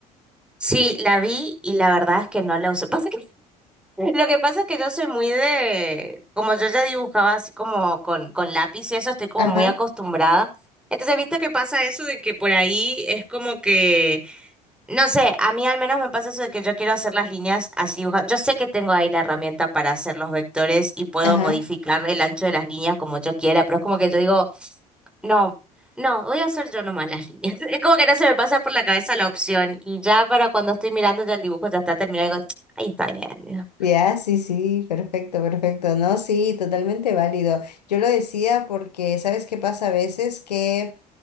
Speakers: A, in the centre; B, on the left.
A: Sí, la vi y la verdad es que no la usé. <laughs> Pasa que Lo que pasa es que yo soy muy de, como yo ya dibujaba así como con, con lápiz y eso, estoy como
B: Ajá,
A: muy acostumbrada. Entonces, ¿viste que pasa eso de que por ahí es como que, no sé, a mí al menos me pasa eso de que yo quiero hacer las líneas así dibujando. Yo sé que tengo ahí la herramienta para hacer los vectores y puedo
B: ajá.
A: modificar el ancho de las líneas como yo quiera, pero es como que yo digo, no, no, voy a hacer yo nomás las líneas. <laughs> Es como que no se me pasa por la cabeza la opción y ya para cuando estoy mirando ya el dibujo ya está terminado y digo, ahí está bien. digo,
B: Ya, sí, sí, perfecto, perfecto. No, sí, totalmente válido. Yo lo decía porque, ¿sabes qué pasa a veces? Que